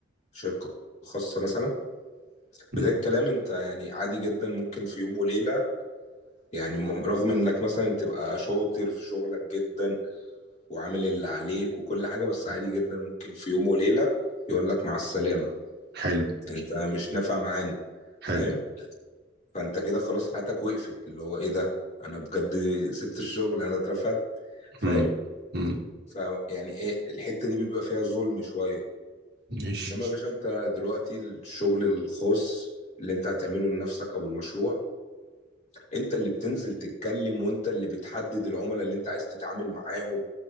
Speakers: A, on the left; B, on the right.
A: في شركة خاصة مثلا
B: مم.
A: بداية الكلام انت يعني عادي جدا ممكن في يوم وليلة يعني م- رغم انك مثلا تبقى شاطر في شغلك جدا وعامل اللي عليك وكل حاجة بس عادي جدا ممكن في يوم وليلة يقول لك مع السلامة
B: حلو
A: انت مش نافع معانا
B: حلو
A: فاهم فانت كده خلاص حياتك وقفت اللي هو ايه ده انا بجد سبت الشغل انا اترفدت فاهم
B: مم. مم.
A: فيعني ايه الحتة دي بيبقى فيها ظلم شوية
B: ماشي
A: انما يا باشا انت دلوقتي الشغل الخاص اللي انت هتعمله لنفسك او المشروع انت اللي بتنزل تتكلم وانت اللي بتحدد العملاء اللي انت عايز تتعامل معاهم